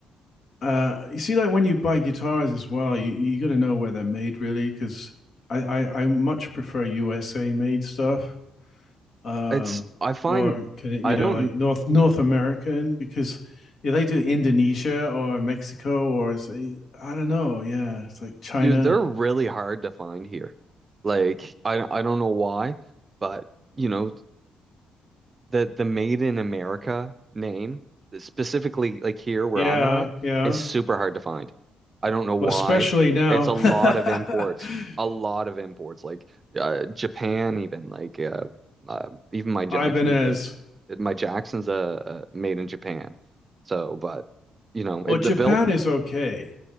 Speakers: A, on the left (about 55°); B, on the right (about 30°).
A: uh, you see, like when you buy guitars as well, you, you got to know where they're made really, because I, I, I much prefer USA made stuff, um,
B: It's, I find,
A: or can it,
B: I
A: you know,
B: don't,
A: like North North American, because if they do Indonesia or Mexico or say, I don't know, yeah, it's like China.
B: dude, they're really hard to find here. Like, I, I don't know why, but, you know, the the Made in America name, specifically like here where
A: Yeah,
B: I'm at,
A: yeah.
B: is super hard to find. I don't know why.
A: Well, especially now,
B: It's a lot of imports,
A: <laughs>
B: a lot of imports, like uh, Japan even, like uh, uh, even my Jackson's
A: Ibanez.
B: the my Jackson's uh, uh, made in Japan. So, but you know,
A: Well,
B: it,
A: Japan
B: the build,
A: is okay.